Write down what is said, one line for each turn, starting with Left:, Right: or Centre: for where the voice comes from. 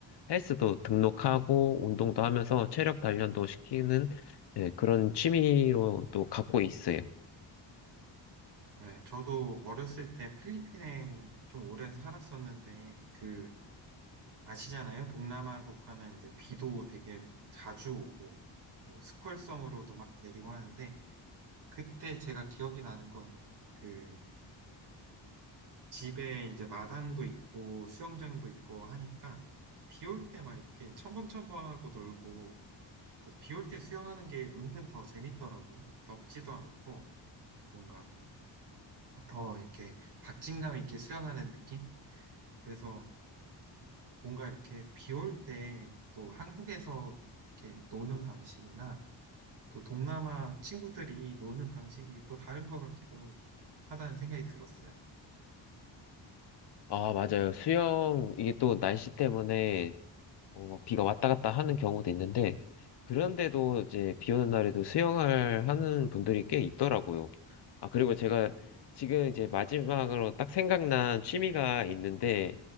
Left: 헬스도 등록하고 운동도 하면서 체력 단련도 시키는 예, 그런 취미로 또 갖고 있어요.
Right: 네, 저도 어렸을 때 필리핀에 좀 오래 살았었는데 그 아시잖아요. 동남아 국가는 이제 비도 되게 자주 오고, 뭐 스콜성으로도 막 내리고 하는데, 그때 제가 기억이 나는 건, 그, 집에 이제 마당도 있고, 수영장도 있고 하니까, 비 올 때 막 이렇게 첨벙첨벙하고 놀고, 또 비 올 때 수영하는 게 은근 더 재밌더라고요. 덥지도 않고, 뭔가 더 이렇게 박진감 있게 수영하는 느낌? 그래서 뭔가 이렇게 비 올 때 또 한국에서 이렇게 노는 방식이나 또 동남아 친구들이 노는 방식이 또 다른 것 같기도 하다는 생각이 들었어요.
Left: 아, 맞아요. 수영 이게 또 날씨 때문에 어, 막 비가 왔다 갔다 하는 경우도 있는데, 그런데도 이제 비 오는 날에도 수영을 하는 분들이 꽤 있더라고요. 아, 그리고 제가 지금 이제 마지막으로 딱 생각난 취미가 있는데,